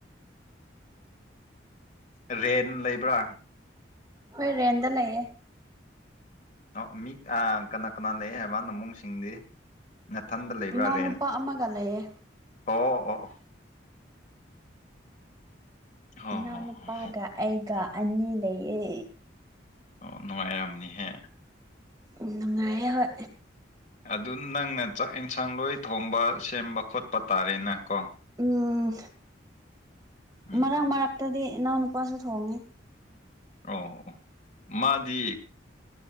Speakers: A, on the left; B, on the right.
A: ꯔꯦꯟ ꯂꯩꯕ꯭ꯔꯥ
B: ꯍꯣꯏ ꯔꯦꯟꯗ ꯂꯩꯌꯦ
A: ꯑꯣ ꯃꯤ ꯀꯅꯥ ꯀꯅꯥ ꯂꯩ ꯍꯥꯏꯕ ꯅꯃꯨꯡꯁꯤꯡꯗꯤ ꯃꯊꯟꯗ ꯂꯩꯕ꯭ꯔꯥ
B: ꯏꯅꯥꯎꯅꯨꯄꯥ
A: ꯔꯦꯟ
B: ꯑꯃꯒ ꯂꯩꯌꯦ
A: ꯑꯣ ꯑꯣ ꯑꯣ ꯍꯣ
B: ꯏꯅꯥꯎ
A: ꯍꯣ
B: ꯅꯨꯄꯥꯒ
A: ꯍꯣ ꯍꯣ
B: ꯑꯩꯒ ꯑꯅꯤ ꯂꯩꯌꯦ
A: ꯑꯣ ꯅꯨꯡꯉꯥꯏꯔꯝꯅꯤꯍꯦ
B: ꯅꯨꯡꯉꯥꯏꯔꯦ ꯍꯣꯏ
A: ꯑꯗꯨ ꯅꯪꯅ ꯆꯥꯛ ꯌꯦꯟꯁꯥꯡ ꯂꯣꯏ ꯊꯣꯡꯕ ꯁꯦꯝꯕ ꯈꯣꯠꯄ ꯇꯥꯔꯦꯅꯦ ꯀꯣ
B: ꯎꯝ
A: ꯎꯝ
B: ꯃꯔꯛ ꯃꯔꯛꯇꯗꯤ ꯏꯅꯥꯎ ꯅꯨꯄꯥꯁꯨ ꯊꯣꯡꯉꯤ
A: ꯑꯣ ꯃꯥꯗꯤ